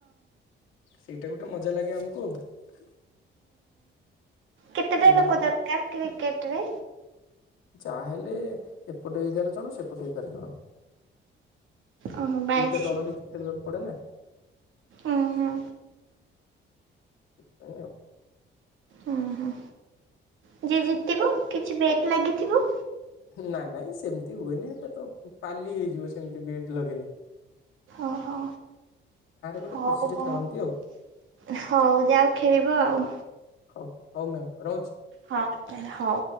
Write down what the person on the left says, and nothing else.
ସେଇଟା ଗୋଟେ ମଜା ଲାଗେ ଆମକୁ ଆଉ।
ନା
କଣ
ଯାହାହେଲେ ଏପଟେ ଏଗାର ଜଣ ସେପଟେ ଏଗାର ଜଣ।
ଦିଟା ଦଳ ହେଇକି ଖେଳିବାକୁ ପଡେ ନା।
ସେଥିପାଇ ଆଉ। <inaudible>
ହଉ।
ନାଇଁ ନାଇଁ ସେମିତି ହୁଏନି ସେଟା ତ ପାଲି ହେଇଯିବ ସେମିତି ବିଏଟ ଲଗେଇଲେ।
ଗୋଟେ
ଖୁସିରେ
ଖେଳନ୍ତି ଆଉ।
ହଉ ହଉ ମ୍ୟାମ୍ ରହୁଛି।